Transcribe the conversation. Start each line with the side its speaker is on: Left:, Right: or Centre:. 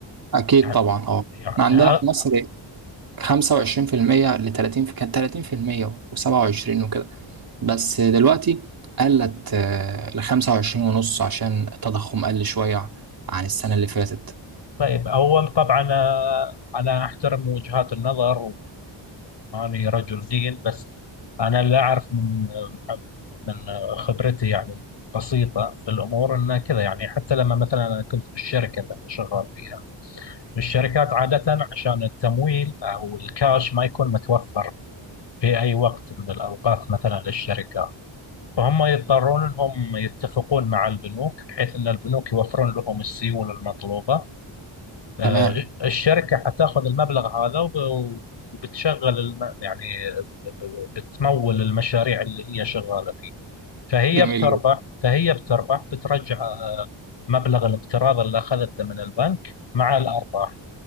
Right: اكيد
Left: يعني
Right: طبعا اه
Left: يعني
Right: احنا عندنا
Left: آه،
Right: في مصر إيه، 25% ل 30 في كانت 30% و27 وكده بس دلوقتي قلت آه، ل 25 ونص عشان التضخم قل شويه عن السنه اللي فاتت
Left: طيب أول طبعا آه، أنا أحترم وجهات النظر وأني رجل دين بس أنا اللي أعرف من آه، من آه، خبرتي يعني البسيطة في الأمور أنه كذا يعني حتى لما مثلا أنا كنت في الشركة اللي أنا شغال فيها الشركات عادة عشان التمويل أو الكاش ما يكون متوفر في أي وقت من الأوقات مثلا للشركات فهم يضطرون أنهم يتفقون مع البنوك بحيث أن البنوك يوفرون لهم السيولة المطلوبة آه،
Right: تمام
Left: الشركة حتاخذ المبلغ هذا وب- وبتشغل الم... يعني ب- ب- بتمول المشاريع اللي هي شغالة فيه فهي
Right: جميل
Left: بتربح فهي بتربح بترجع آه، مبلغ الاقتراض اللي أخذته من البنك مع الأرباح